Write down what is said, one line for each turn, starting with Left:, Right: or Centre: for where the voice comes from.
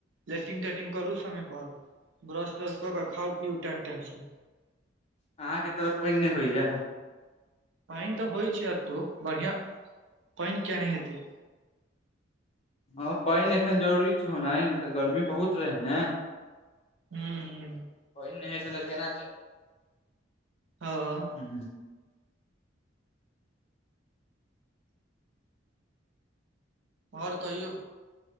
Right: लेट्रंग तेट्रिंग करु समय पर। पर ब्रश त्रश कऽ के खाउ पीउ टाइम टाइम श
Left: अहाँके तऽ पानि नहि होइया?
Right: पानि तऽ होइ छै एतौ बढ़िियां पानि के नहि हेतै।
Left: हँ पाइन एखन जरूरी छै ओना नय तऽ गर्मी बहुत रहै ने
Right: हूँ
Left: पाइन नय हेतै तऽ केना चल
Right: हँ
Left: हूँ
Right: ओर कहियौ